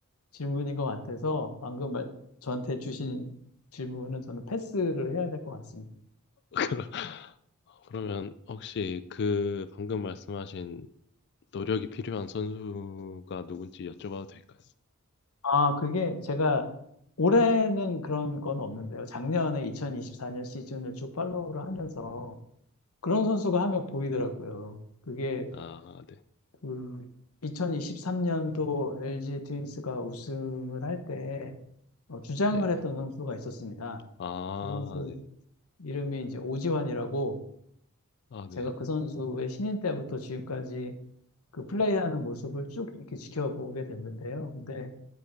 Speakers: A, on the left; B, on the left.
A: 질문인 것 같아서 방금 말, 저한테 주신 질문은 저는 패스를 해야 될 것 같습니다.
B: 그러- 그러면 혹시 그 방금 말씀하신 노력이 필요한 선수가 누군지 여쭤봐도 될까요?
A: 아, 그게 제가 올해는 그런 건 없는데요. 작년에 2024년
B: 네.
A: 시즌을 쭉 팔로우를 하면서 그런 선수가 한 명 보이더라고요. 그게
B: 아, 네.
A: 그 2023년도 LG 트윈스가 우승을 할때 어, 주장을
B: 네네.
A: 했던 선수가 있었습니다.
B: 아,
A: 그 선수
B: 네.
A: 이름이 이제 오지환이라고
B: 아,
A: 제가
B: 네.
A: 그 선수의 신인 때부터 지금까지 그 플레이하는 모습을 쭉 이렇게 지켜보게 됐는데요. 근데